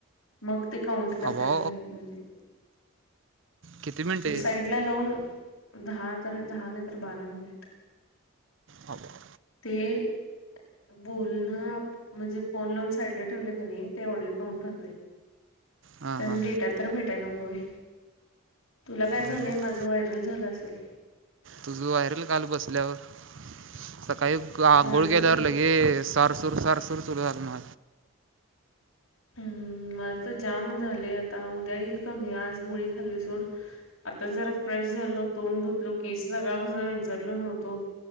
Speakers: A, on the left; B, on the right.
A: मग ते काउंट करतात
B: अवा
A: रे म्हणजे
B: किती मिनटे
A: पण साईड ला लावून. दहा तर दहा नाही तर बारा मिनिट.
B: अवा
A: ते बोल ना म्हणजे फोन लोन साईडला ठेवले त्यांनी ते ऑडिओ काउंट होत नाही.
B: हां
A: त्यांना
B: हां
A: डेटा तर भेटाय नको होय. तुला काय झालंय
B: बरोबर
A: माझं व्हायरल झालं असेल.
B: तुझं व्हायरल काल बसल्यावर काही आंघोळ
A: झालं
B: केल्यावर
A: तुला
B: लगेच सर सुर सर सुर सुरू झालं म
A: हम्म माझ तर जाम झालंय आता उद्या येईल कमी आज गोळी खाल्ली सोड. आता जरा फ्रेश झाल तोंड धुतलो केस सगळपासून विचरल नव्हतो.